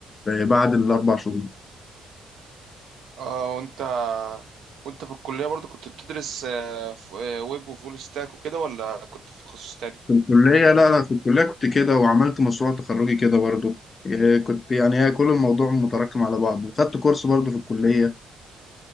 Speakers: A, on the left; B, on the right.
A: آه، بعد الأربع شهور
B: اه وانت وانت في الكلية برضو كنت بتدرس آه، ف- آه، ويب وفول ستاك وكده ولا كنت في تخصص تاني
A: في الكلية لا لا في الكلية كنت كده وعملت مشروع تخرجي كده برضو إيه، كنت يعني هي كل الموضوع متراكم على بعضه وخدت كورس برضو في الكلية